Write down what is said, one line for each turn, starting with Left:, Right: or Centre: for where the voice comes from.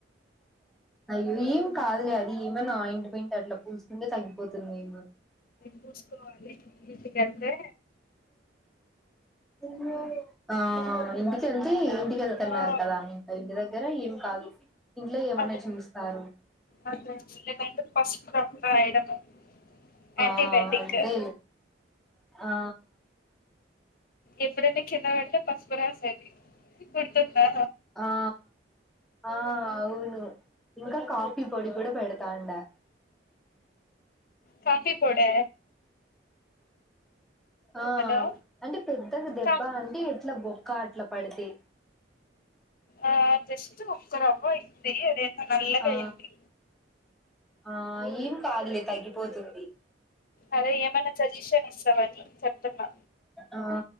Centre: అయ్యో ఏం కాదులే అది ఏమన్నా ఆయింట్మెంట్ అట్లా పూసుకుంటే తగ్గిపోతుంది ఏమో
Left: పూసుకోవాలి ఇంటికెళ్తే
Centre: ఇంగా ఆ ఇంటికెళ్తే ఇంటికెళ్తున్నారు
Left: ఆ
Centre: కదా ఇంకా ఇంటి దగ్గర ఏం కాదు ఇంట్లో ఏమన్నా
Left: అదే
Centre: చూస్తారు
Left: అదే లేదంటే పసుపు రసం రాయడము యాంటీబయాటిక్
Centre: ఆ అంటే ఆ
Left: ఎప్పుడైనా కింద పడితే పసుపు రాసేది గుర్తుందా
Centre: ఆ ఆ అవును ఇంకా కాఫీ పొడి కూడా పెడతాండె
Left: కాఫీ పొడా
Centre: ఆ
Left: హలో
Centre: అంటే పెద్దగా దెబ్బ
Left: కాఫీ
Centre: అంటే ఎట్ల బొ కా అట్ల పడితే
Left: ఆ జస్ట్ ఒక్క ర ఓయి తెలియదు ఏందో నల్లగ
Centre: ఆ
Left: అయింది
Centre: ఆ ఏం కాదులే తగ్గిపోతుంది
Left: అదే ఏమైనా సజెషన్ ఇస్తవని చెప్తున్నా
Centre: ఆ